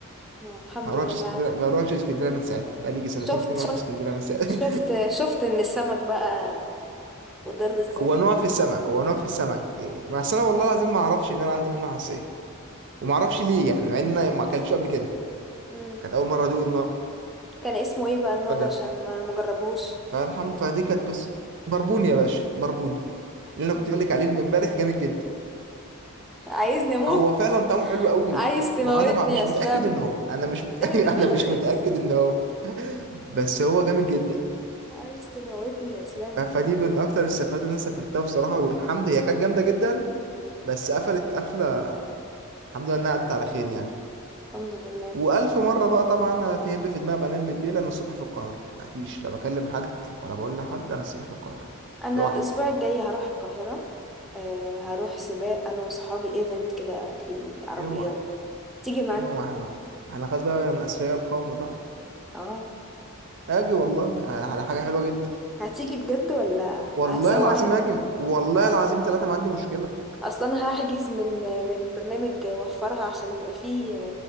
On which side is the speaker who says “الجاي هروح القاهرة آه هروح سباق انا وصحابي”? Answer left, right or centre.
Centre